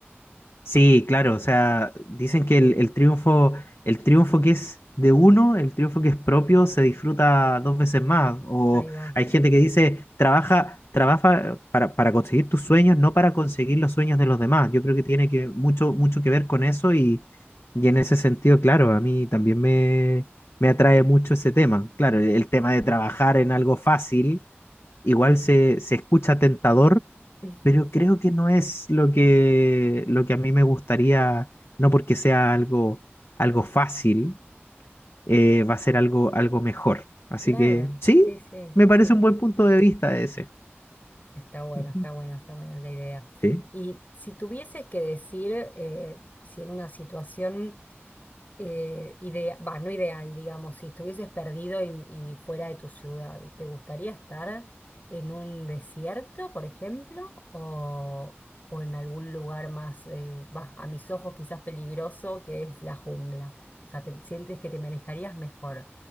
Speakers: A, on the left; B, on the left.
A: Sí, claro, o sea, dicen que el, el triunfo, el triunfo que es de uno, el triunfo que es propio, se disfruta dos veces más. O
B: Ahí va.
A: hay gente que dice, trabaja, trabaja para, para conseguir tus sueños, no para conseguir los sueños de los demás. Yo creo que tiene que mucho, mucho que ver con eso y, y en ese sentido, claro, a mí también me, me atrae mucho ese tema. Claro, el, el tema de trabajar en algo fácil, igual se, se escucha tentador
B: <laughs>
A: pero creo que no es lo que, lo que a mí me gustaría, no porque sea algo, algo fácil, eh, va a ser algo, algo mejor. Así
B: Claro,
A: que sí,
B: sí, sí,
A: me
B: sí.
A: parece un buen punto de vista ese.
B: Está bueno,
A: Ujú.
B: está bueno, está buena la idea.
A: Sí.
B: Y si tuvieses que decir, eh, si en una situación eh, idea, va, no ideal, digamos, si estuvieses perdido y, y fuera de tu ciudad, ¿te gustaría estar en un desierto, por ejemplo, o, o en algún lugar más, eh, va, a mis ojos quizás peligroso, que es la jungla? O sea, ¿te sientes que te manejarías mejor